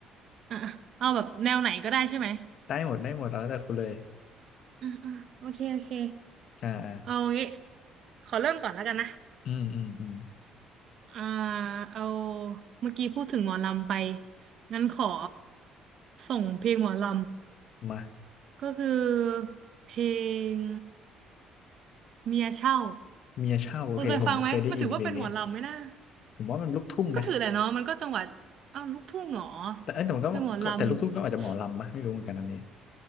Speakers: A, on the right; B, on the left.
A: อ่ะเอาแบบแนวไหนก็ได้ใช่ไหม
B: ได้หมดได้หมดแล้วแต่คุณเลย
A: อืมอืมโอเคโอเค
B: อ่าอ่า
A: เอางี้ขอเริ่มก่อนแล้วกันนะ
B: อืมอืมอืม
A: อ่าเอาเมื่อกี้พูดถึงหมอลำไปงั้นขอส่งเพลงหมอล
B: มา
A: ำก็คือเพลงเมียเช่า
B: เมียเช่าโอเคผมเคยได้ยินเพลงนี้
A: คุณเคยฟังไหมมันถือว่าเป็นหมอลำไหมนะ
B: ผมว่ามันลูกทุ่งนะ
A: ก็ถือแหละเนาะมันก็จังหวัดอ้าวลูกทุ่งเหรอ
B: แต่เอ้ยแต่มันก็ก็แต่ลูกทุ่งก็อาจจะหมอลำปะไม่รู้เหมือนกันอันนี้
A: คือหมอลำ